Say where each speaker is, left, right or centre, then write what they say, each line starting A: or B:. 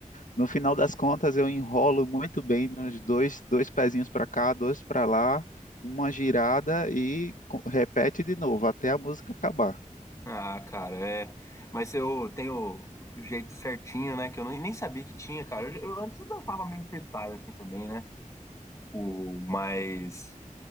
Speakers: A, on the left (about 70°); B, on the left (about 20°).
A: No final das contas, eu enrolo muito bem nos dois, dois pezinhos para cá, dois para lá, uma girada e co- repete de novo até a música acabar.
B: Ah, cara, é. Mas eu tenho o jeito certinho, né? Que eu nem nem sabia que tinha, cara. Eu, eu antes eu dançava meio freestyle assim também, né? Tipo, mas